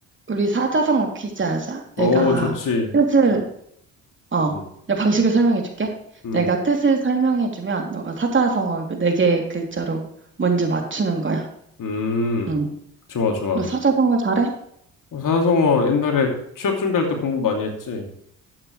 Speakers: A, on the right; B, on the left.
A: 우리 사자성어 퀴즈 하자. 내가
B: 오, 좋지.
A: 뜻을,
B: 좋-
A: 어,
B: 음,
A: 내가 방식을 설명해 줄게.
B: 음,
A: 내가 뜻을 설명해 주면 너가 사자성어 그 네 개 글자로 먼저 맞추는 거야.
B: 음,
A: 응.
B: 좋아, 좋아.
A: 너 사자성어 잘해?
B: 어, 산성어 옛날에 취업 준비할 때 공부 많이 했지?